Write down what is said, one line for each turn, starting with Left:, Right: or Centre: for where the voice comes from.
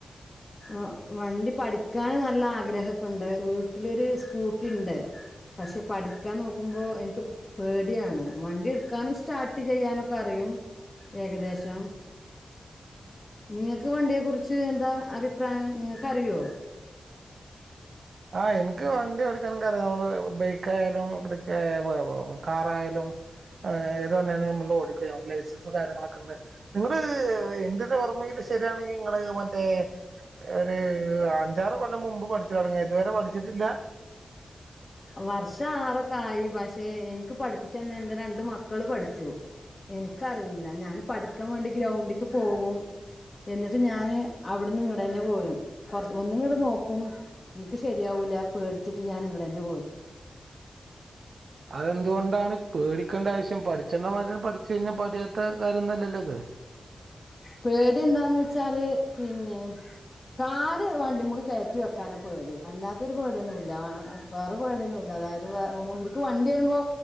Left: ഇഹ് വണ്ടി പഠിക്കാന് നല്ല ആഗ്രഹൊക്കെ ഉണ്ട് വീട്ട്ലൊര് സ്കൂട്ടി ഇണ്ട് പക്ഷെ പഠിക്ക്യാൻ നോക്കുമ്പൊ എനിക്ക് പേടിയാണ് വണ്ടി ഇട്ക്കാനും സ്റ്റാർട്ട് ചെയ്യാനൊക്കെ അറിയും ഏകദേശം നിങ്ങക്ക് വണ്ടിയെ കുറിച്ച് എന്താ അഭി പ്രായം നിങ്ങക്ക് അറിയോ
Right: ആഹ് എനിക്ക് വണ്ടി ഓടിക്കാനൊക്കെറിയാം ഇപ്പ മ്മള് ബൈക്കായാലും ഇത്ക്കെ ആയാ വ് വെ കാറായാലും ആഹ് ഞാൻ ഏത് വണ്ടിയാണേലും മ്മൾത് ഓടിക്കും ഞാൻ ലൈസൻസും കാര്യങ്ങളൊക്കെ ഇണ്ട് നിങ്ങള് ഇന്റൊരു ഓർമ്മയില് ശരിയാണെങ്കിൽ ഇങ്ങള് മറ്റേ ഒര് അഞ്ചാറ് കൊല്ലം മുമ്പ് പഠിച്ച് തൊടങ്ങ്യാ ഇതുവരെ പഠിച്ചിട്ടില്ല
Left: വർഷ ആറൊക്കെ ആയി പക്ഷെ എനിക്ക് പഠിപ്പിച്ച്ന്ന എൻ്റെ രണ്ട് മക്കള് പഠിച്ചു എനിക്കറിയില്ല ഞാന് പഠിക്കാൻ വേണ്ടി ഗ്രൗണ്ടിക്ക് പോവും എന്നിട്ട് ഞാന് അവിടന്ന് ഇങ്ങടെന്നെ പോരും കൊറ ഒന്ന് ഇങ്ങട് നോക്കും എനിക്ക് ശരിയാവൂല പേടിച്ചിട്ട് ഞാൻ ഇങ്കടെന്നെ പോരും
Right: അതെന്തുകൊണ്ടാണ് പേടിക്കേണ്ട ആവശ്യം പഠിച്ചേണ്ടമാരിണ്ട് പഠിച്ചു കഴിഞ്ഞാൽ പഠിയാത്ത കാര്യന്ന് അല്ലല്ലോ ഇത്
Left: പേടി എന്താന്ന് വെച്ചാല് പിന്നേം കാല് വണ്ടിമക്ക് കേറ്റി വെക്കാനാ പേടി അല്ലാത്തൊരു പേടിയൊന്നു ഇല്ല ആഹ് ഉം വേറെ പേട്യൊന്നും ഇല്ല അതായത് വേ മുമ്പിക്ക് വണ്ടി വരുമ്പോ